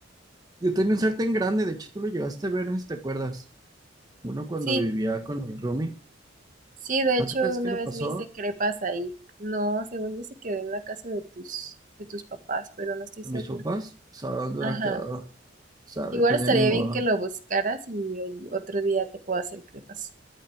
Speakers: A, on the right (about 20°); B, on the right (about 45°).
A: Yo tenía un sartén grande, de hecho tú lo llegaste a ver, no sé si te acuerdas. Uno cuando
B: Sí,
A: vivía con mi roomie.
B: sí, de hecho,
A: ¿A qué crees
B: una
A: que le
B: vez
A: pasó
B: me hice crepas ahí. No, según yo se quedó en la casa de tus, de tus papás, pero no estoy segura.
A: a mis papás? O sea, ¿dónde
B: Ajá.
A: habrá quedado? ¿Sabe?
B: Igual
A: Pues
B: estaría
A: ya ni modo.
B: bien que lo buscaras y el otro día te puedo hacer crepas.